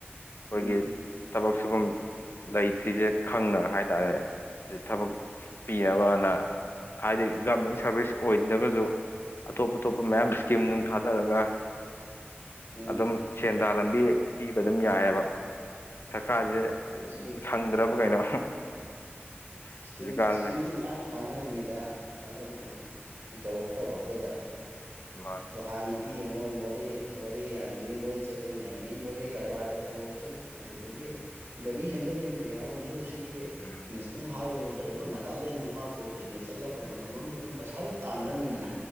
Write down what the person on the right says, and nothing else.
ꯎꯝ
ꯎꯝ
ꯏꯁꯀꯤꯝ
ꯏꯁꯀꯤꯝ
ꯏꯁꯀꯤꯝꯗꯤ ꯃꯌꯥꯝ ꯊꯥꯗꯔꯤ ꯃꯤꯗ ꯊꯥꯗꯕꯗꯣ ꯌꯧꯔꯛꯇꯕ ꯑꯩꯈꯣꯏꯗ
ꯑꯗꯣ ꯍꯥꯟꯅꯗꯤ ꯌꯦꯡꯉꯣ ꯃꯣꯔꯦ ꯃꯣꯔꯦ ꯌꯥꯔꯤꯉꯩ ꯃꯣꯔꯦ ꯆꯠꯄ ꯌꯥꯔꯤꯉꯩ ꯃꯣꯔꯦ ꯀꯔꯕꯥꯔꯗ ꯇꯧꯔꯁꯨ ꯑꯗꯨꯗꯒꯤ ꯒꯥꯔꯤ ꯍꯦꯟꯗꯃꯦꯟꯗ ꯌꯥꯎꯔꯁꯨ ꯁꯤꯒꯤ
ꯅꯦꯁꯅꯦꯜ ꯍꯥꯏꯋꯦ ꯂꯩ ꯑꯗꯨꯒ ꯅꯥꯒꯥꯂꯦꯟ ꯗꯤꯃꯥꯄꯨꯔ ꯀꯩꯀꯩ ꯆꯠꯂꯒ ꯃꯇꯝ ꯑꯃꯗꯤ ꯑꯗꯨꯝ ꯄꯩꯁꯥ ꯑꯗꯨꯝ ꯇꯥꯟꯅꯔꯝꯃꯤꯗꯅ